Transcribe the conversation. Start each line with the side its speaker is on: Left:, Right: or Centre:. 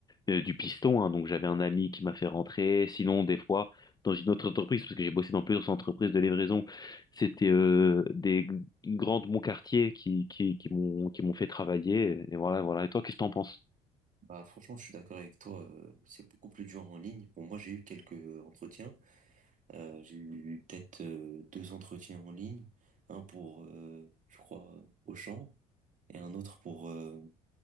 Left: euh, du piston. hein. donc j'avais un ami qui m'a fait rentrer. Sinon, des fois, dans une autre entreprise, parce que j'ai bossé dans plusieurs entreprises de livraison, c'était euh, des g- grandes de mon quartier qui, qui, qui m'ont qui m'ont fait travailler. Et voilà, voilà. Et toi, qu'est-ce que t'en penses?
Right: bah franchement, je suis d'accord avec toi. euh, c'est beaucoup plus dur en ligne. Bon, moi, j'ai eu quelques euh, entretiens. Euh, j'ai eu peut-être euh, deux entretiens en ligne. Un pour, euh, je crois, Auchan, et un autre pour, euh,